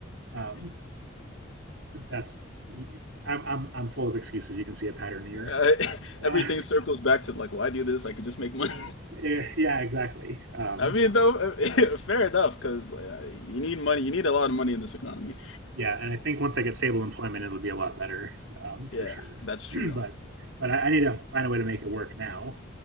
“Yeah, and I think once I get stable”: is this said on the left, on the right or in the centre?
Right